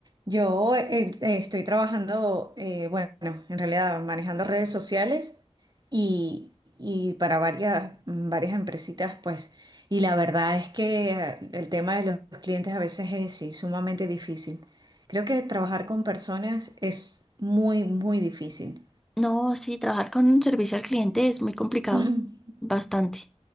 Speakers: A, on the right; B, in the centre.
A: Yo eh, eh, estoy trabajando, eh, bueno, en realidad manejando redes sociales y, y para varias, mm, varias empresitas, pues. Y la verdad es que eh, el tema de los clientes a veces es sí, sumamente difícil. Creo que trabajar con personas es muy, muy difícil.
B: No, sí, trabajar con un servicio al cliente es muy complicado,
A: <clears throat>
B: bastante.